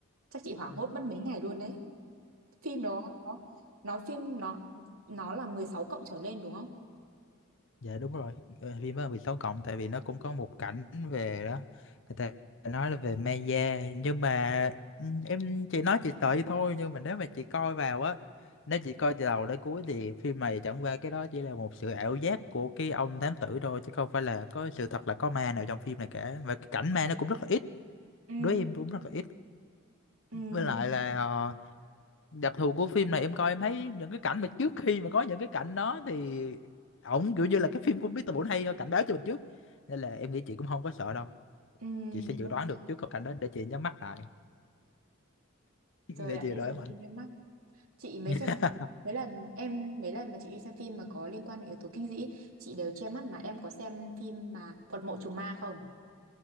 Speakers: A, on the right; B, on the left.
A: chắc chị hoảng hốt mất mấy ngày luôn đấy phim đó nó nó phim nó nó là mười sáu cộng trở lên đúng không
B: Dạ đúng rồi Ờ, phim đó là 16 cộng tại vì nó cũng có một cảnh về đó người ta nói là về ma da nhưng mà ừ, em chỉ nói chị sợ vậy thôi nhưng mà nếu mà chị coi vào á nếu chị coi từ đầu đến cuối thì phim này chẳng qua cái đó chỉ là một sự ảo giác của cái ông thám tử thôi chứ không phải là có sự thật là có ma nào trong phim này cả và cái cảnh ma nó cũng rất là ít
A: ừ
B: đối với em cũng rất là ít
A: ừ
B: với lại là ờ, đặc thù của phim này em coi em thấy những cái cảnh mà trước khi mà có những cái cảnh đó thì ổng kiểu như là cái phim của Mr. Bổn hay cảnh báo cho mình trước nên là em nghĩ chị cũng không có sợ đâu
A: ừ
B: chị sẽ dự
A: ok
B: đoán được trước cái cảnh đó để chị nhắm mắt lại <laughs> để
A: Rồi ạ,
B: chị
A: đi
B: đợi
A: xem
B: mạnh
A: phim nhắm mắt. Chị mấy
B: <laughs>
A: xem mấy lần em mấy lần mà chị đi xem phim mà có liên quan đến yếu tố kinh dị, chị đều che mắt mà em có xem phim mà Quật mộ trùng ma không?